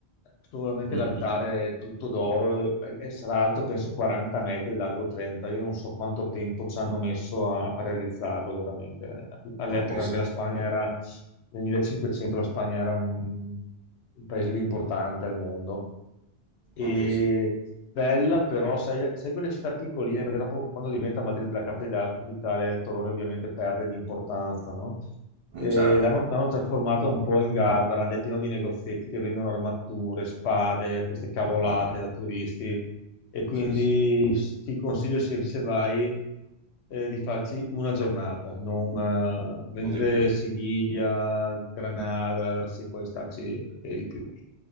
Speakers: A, on the left; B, on the right.
A: Sicuramente
B: mhm.
A: l'altare è tutto d'oro e e sarà alto penso 40 metri, e largo 30. Io non so quanto tempo ci hanno messo a, a realizzarlo veramente. All'epoca
B: Ma penso,
A: anche la Spagna era, nel 1500 la Spagna era un, il paese più importante al mondo e
B: ma penso.
A: bella, però sai, sai quelle città piccoline, perché dopo quando diventa Madrid la capita- capitale, Tolone ovviamente perde di importanza, no?
B: Mm,
A: E
B: Certo.
A: L'hanno l'hanno trasformata un po' in Gardaland, è pieno di negozietti che vendono armature, spade, queste cavolate
B: Ah,
A: da turisti. E quindi
B: sì, sì,
A: ti consiglio, se, se vai, eh, di farci una giornata, non, eh, mentre
B: non di più.
A: Siviglia, Granada, si può starci anche di più.